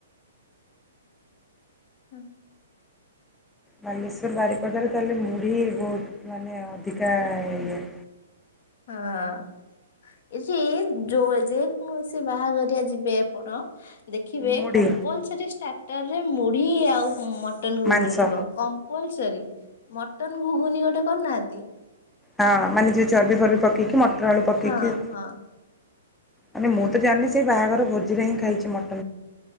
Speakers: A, on the left; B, in the centre.
A: ହୁଁ।
B: ବାଲେଶ୍ଵର ବାରିପଦାରେ ତାହେଲେ ମୁଢି ବହୁତ ମାନେ ଅଧିକା ଇଏ
A: ହଁ ଏଠି ଯୋଉ ଯେ କୌଣସି ବାହାଘରିଆ ଯିବେ ଆପଣ ଦେଖିବେ
B: ମୁଢ଼ି
A: କମ୍ପଲସରଟରରେ ମୁଢି ଆଉ କଟ ହୁ
B: ମାଂସ।
A: ଥିବ କପଲସ ମଟନ ଘୁଗୁନି ଗୋଟେ କରୁନାହାନ୍ତି
B: ହଁ ମାନେ ଯ ଚବି ଫବ ପି
A: ହୁଁ
B: ମଟର ଆ ପକିକ
A: ହଁ ହଁ
B: ମାନେ
A: ହଁ
B: ମୁଁ ତ ଜାିଲି ସେଇ ବାହାଘର ଭୋଜିରେ ହିଁ ଖାଇଛି ମଟ